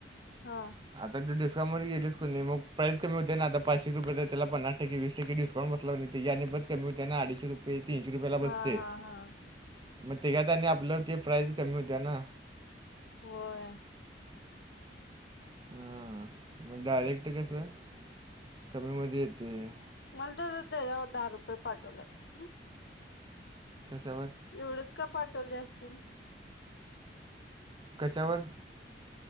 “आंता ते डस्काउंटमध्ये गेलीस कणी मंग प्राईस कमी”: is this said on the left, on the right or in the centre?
Right